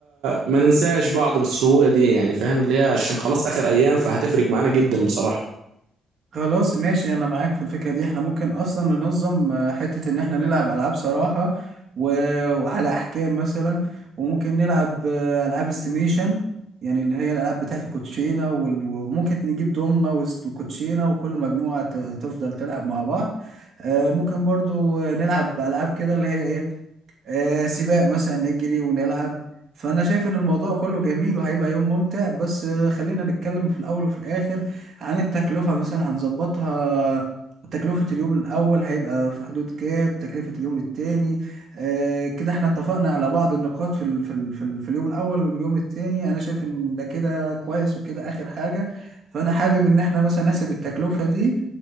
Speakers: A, on the right; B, on the right.
A: ما ننساش بعض بالسهوله دي يعني فاهم اللي هي عشان خلاص اخر ايام فهتفرق معانا جدا بصراحه
B: خلاص ماشي انا معاك في الفكرة دي احنا ممكن اصلا ننظم آه، حتة ان احنا نلعب العاب صراحة و... وعلى احكام مثلا وممكن نلعب آه، العاب استيميشن يعني اللي هي الالعاب بتاعت الكوتشينة وال... وممكن نجيب دومنا وست- وكوتشينة وكل مجموعة ت- تفضل تلعب مع بعض آه، ممكن برضو آه، نلعب العاب كده اللي هي ايه آه سباق مثلا نجري ونلعب فأنا شايف إن الموضوع كله جميل وهيبقى يوم ممتع بس آه خلينا نتكلم في الأول وفي الآخر عن التكلفة مثلا هنظبطها تكلفة اليوم الأول هيبقى في حدود كام تكلفة اليوم التاني آه كده احنا اتفقنا على بعض النقاط في ال في ال في, ال في اليوم الأول واليوم التاني أنا شايف إن ده كده كويس وكده آخر حاجة فأنا حابب إن احنا مثلا نحسب التكلفة دي